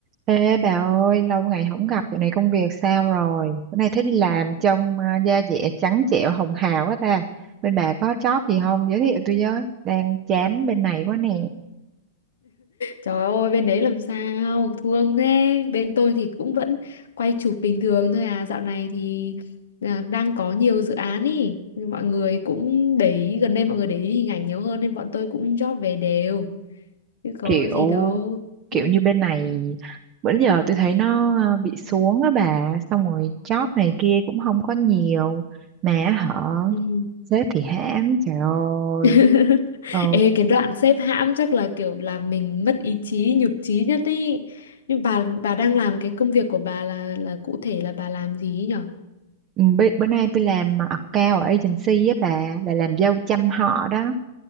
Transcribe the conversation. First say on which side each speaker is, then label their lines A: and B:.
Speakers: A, on the right; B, on the left.
A: Ê bà ơi, lâu ngày không gặp, dạo này công việc sao rồi? Bữa nay thấy đi làm trông à, da dẻ trắng trẻo hồng hào quá ta. Bên bà có job gì không? Giới thiệu tôi với. Đang chán bên này quá nè.
B: Trời ơi bên đấy làm sao thương thế bên tôi thì cũng vẫn quay chụp bình thường thôi à dạo này thì à, đang có nhiều dự án ý Nhưng mọi người cũng để ý gần đây mọi người để ý hình ảnh nhiều hơn nên bọn tôi cũng job về đều chứ có
A: Kiểu
B: gì đâu
A: kiểu
B: ừ.
A: như bên này bữa giờ tôi thấy nó à, bị xuống á bà, xong rồi job này kia cũng không có nhiều mà họ
B: Ừ.
A: sếp thì hãm, trời ơi.
B: <laughs>
A: Ừ.
B: Ê cái đoạn xếp hãm chắc là kiểu làm mình mất ý chí nhụt chí nhất ý nhưng bà bà đang làm cái công việc của bà là là cụ thể là bà làm gì nhỉ
A: Ừ, bữa, bữa nay tôi làm account ở agency á bà, là làm dâu chăm họ đó.